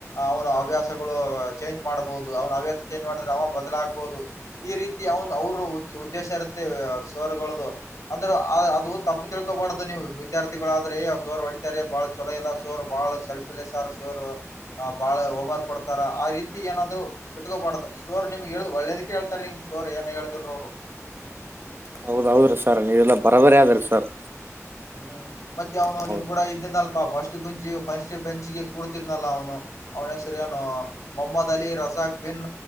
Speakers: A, on the left; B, on the right.
A: ಅವ್ನು ಹವ್ಯಾಸ ತಗೊಳೊ ಚೇಂಜ್ ಮಾಡ್ಬೌದು, ಅವ್ನ್ ಹವ್ಯಾಸ ಚೇಂಜ್ ಮಾಡುದ್ರೆ ಅವ ಬದಲಾಗ್ಬೌದು ಈ ರೀತಿ ಔಂದ್ ಅವರು ಉದ್ದೇಶ ಇರುತ್ತೆ ಸರ್ಗಳ್ದು ಆದ್ರ ಅದು ತಪ್ಪು ತಿಳ್ಕೋಬಾರ್ದು ನೀವು ವಿದ್ಯಾರ್ಥಿಗಳಾದ್ರ ದೇ ಆ ಸರ್ ಹೊಡಿತಾರೆ ಬಹಳ ಚೊಲೋ ಇಲ್ಲ ಸೋರ್ ಬಹಳ ಸೆಲ್ಫಿಶ್ ಆ ಸೋರು ಆ ಬಹಳ ಹೋಮ್ ವರ್ಕ್ ಕೊಡ್ತಾ ತಾರ ಆ ರೀತಿ ಏನಾದ್ರೂ ಇಟ್ಕೋಬಾರ್ದ್. ಸೋರ್ ನಿಮ್ಗ್ ಹೇಳ ಒಳ್ಳೇದಕ್ಕೆ ಹೇಳ್ತಾರ್ ನಿಮ್ ಸೋರ್ ಏನೆ ಹೇಳಿದ್ರುನು ಅವ್ರು. <inaudible>
B: ಹೌದ್ ಹೌದ್ರಿ ಸರ್ ನೀವೆಲ್ಲಾ ಬರಬರಿ ಅದಿರಿ ಸರ್.
A: ಹ್ಮ್ ಮತ್ತೆ ಅವನು
B: ಹೌದ್
A: ನಿಮ್ ಕೂಡ ಇದ್ದಿದ್ನಲ್ ಅ ಫಸ್ಟ್ ಗುಂಚಿ ಫಸ್ಟ್ ಬೆಂಚ್ಗೆ ಕೂರ್ತಿದ್ನಲ್ಲ ಅವ್ನು, ಅವ್ನ್ ಹೆಸ್ರ್ ಏನು ಮೊಹಮ್ಮದ್ ಅಲಿ ರಸ್ ದಾಕ್ ಬಿನ್